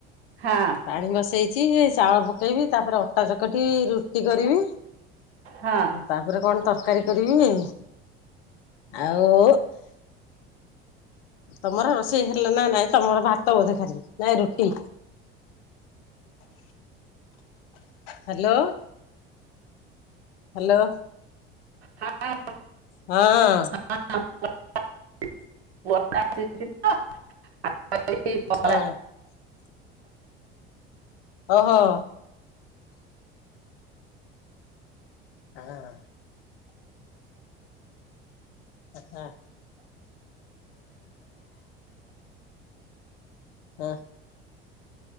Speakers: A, on the right (about 85°); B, on the left (about 70°).
A: ହାଁ।
B: ପାଣି ବସେଇଛି ଚାଉଳ ପକେଇବି। ତାପରେ ଅଟା ଚକଟିି ରୁଟି କରିବି।
A: ହଁ
B: ତାପରେ କଣ ତରକାରୀ କରିବି। ଆଉ ତମର ରୋଷେଇ ହେଲେ ନା ନାଇଁ ତମର ଭାତ ବସେ ଖାଲି ନାଇଁ ରୁଟି। Hello hello.
A: ହଁ।
B: ହଁ।
A: <unintelligible>
B: ହଁ ଓହୋ। ହାଁ। ଆହା। ହଁ।